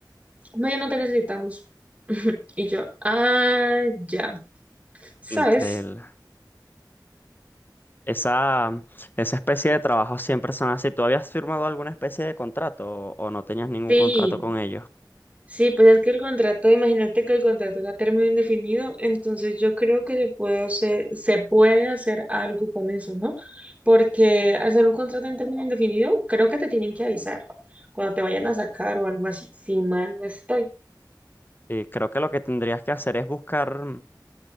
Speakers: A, on the right; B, on the left.
A: No, ya no te necesitamos. <laughs> Y yo, ah, ya, ¿sabes?
B: Increíble. Esa, mm, esa especie de trabajo siempre son así. ¿Tú habías firmado alguna especie de contrato o o no tenías ningún
A: Sí.
B: contrato con ellos?
A: Sí, pues es que el contrato, imagínate que el contrato es a término indefinido, entonces yo creo que se puede hacer, se puede hacer algo con eso, ¿no? Porque al ser un contrato en término indefinido, creo que te tienen que avisar cuando te vayan a sacar o algo así, si mal no estoy.
B: Sí, creo que lo que tendrías que hacer es buscar mm,